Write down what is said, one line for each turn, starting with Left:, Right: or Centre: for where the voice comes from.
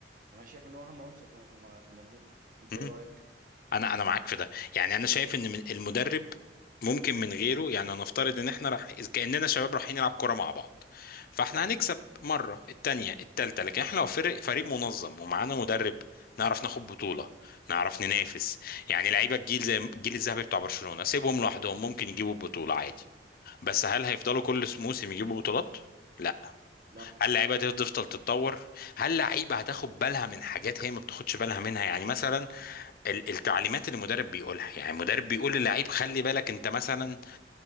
Right: انا شايف ان هو اهم عنصر في الم- في المنظومه انت ايه
Left: مم.
Right: رايك؟
Left: انا انا معاك في ده يعني انا شايف ان من المدرب ممكن من غيره يعني هنفترض ان احنا راح إذ كاننا شباب رايحين نلعب كوره مع بعض فاحنا هنكسب مره التانيه التالته لكن احنا لو فريق فريق منظم ومعانا مدرب نعرف ناخد بطوله نعرف ننافس يعني لعيبه الجيل زي الجيل الذهبي بتاع برشلونه سيبهم لوحدهم ممكن يجيبوا البطوله عادي بس هل هيفضلوا كل موسم يجيبوا بطولات؟ لا
Right: لا
Left: هل لعيبه هتفضل تتطور؟ هل لعيبه هتاخد بالها من حاجات هي ما بتاخدش بالها منها يعني مثلا ال- التعليمات اللي المدرب بيقولها يعني المدرب بيقول للعيب خلي بالك انت مثلا